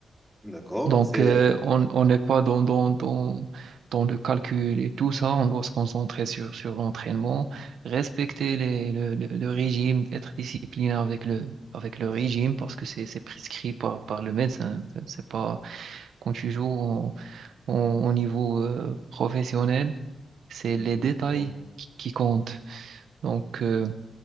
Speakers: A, in the centre; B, on the right.
A: D'accord,
B: Donc,
A: c'est
B: euh, on, on n'est pas dans, dans, dans, dans le calcul et tout ça. On doit se concentrer sur, sur l'entraînement, respecter les, le, le, le régime, être discipliné avec le, avec le régime parce que c'est, c'est prescrit par, par le médecin. C'est c'est pas quand tu joues en- en- au niveau euh, professionnel, c'est
A: Mm,
B: les
A: exactement.
B: détails qui, qui comptent. Donc, euh,